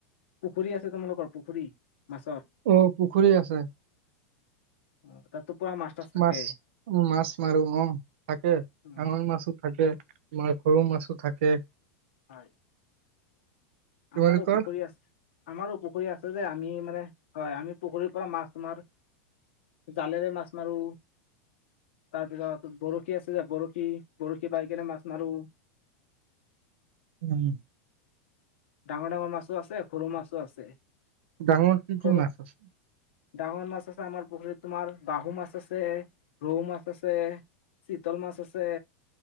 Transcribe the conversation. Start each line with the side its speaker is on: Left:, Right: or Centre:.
Left: পুখুৰী আছে, তোমালোকৰ পুখুৰী। মাছৰ
Right: অ'পুখুৰী আছে।
Left: অ। তাতো পুৰা তাছ থাকে
Right: মাছ। অ', মাছ মাৰো অ', থাকে।
Left: উ
Right: কাৱৈ মাছ‌ও থাকে। আমাৰ সৰু মাছো থাকে।
Left: হয়।
Right: তোমালোকৰ
Left: আমাৰ পুখুৰী আছ। আমাৰ পুখুৰী আছে যে আমি মানে হয়। আমি পুখুৰীত পৰা মাছ তোমাৰ জালেৰে মাছ মাৰো, তাৰপিছত বৰশী আছে যে বৰশী, বৰশী বাই কেনে মাছ মাৰো।
Right: উমঃ।
Left: ডাঙৰ ডাঙৰ মাছ‌ও আছে, সৰু মাছ ত আছে।
Right: ডাঙৰ কি কি
Left: সৰু
Right: মাছ আছে?
Left: ডাঙৰ মাছ আছে আমাৰ পুখুৰীত তোমাৰ। বাহু মাছ আছে, ৰৌ মাছ আছে, চিতল মাছ আছে,